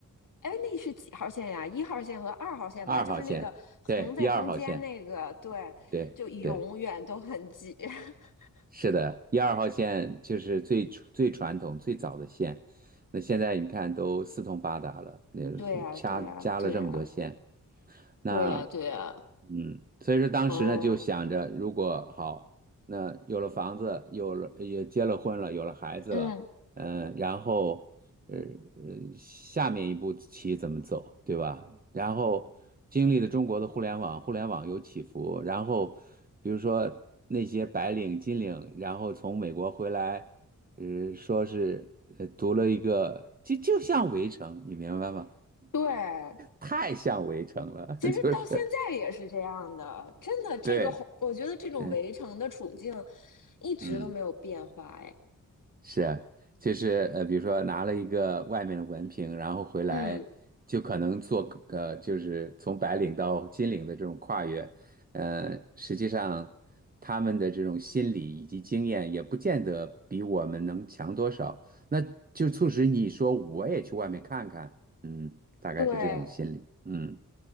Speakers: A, on the left; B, on the right.
A: 哎，那是几号线呀？一号线和二号线吧，
B: 二号线，
A: 就是那个横在中间那个，
B: 对一二号线，
A: 对，
B: 对对。
A: 就永远都很挤。<laughs>
B: 是的，一二号线就是最最传统、最早的线。那现在你看都四通八达了，那是加加了这么多线，
A: 对呀，对呀，对呀，
B: 那
A: 对呀，对呀，
B: 嗯，所以说当时呢就想着，
A: 哦，
B: 如果好，那有了房子，有了也结了婚了，有了孩子了，
A: 嗯，
B: 嗯，然后呃呃，下面一步棋怎么走，对吧？然后经历了中国的互联网，互联网有起伏，然后比如说那些白领、金领，然后从美国回来，呃，说是呃读了一个，就就像《围城》，你明白吗？
A: 对，
B: 太像《围城》了，
A: 其实到现在也是这样的，
B: <laughs> 就是
A: 真的，这个环我觉得这种围城的处境
B: 对。嗯。
A: 一直都没有变化，
B: 嗯，
A: 哎，
B: 是，就是呃，比如说拿了一个外面的文凭，然后回来就可能做呃，
A: 嗯，
B: 就是从白领到金领的这种跨越，呃，实际上他们的这种心理以及经验也不见得比我们能强多少，那就促使你说我也去外面看看，嗯，大概是这种心理，
A: 对，
B: 嗯。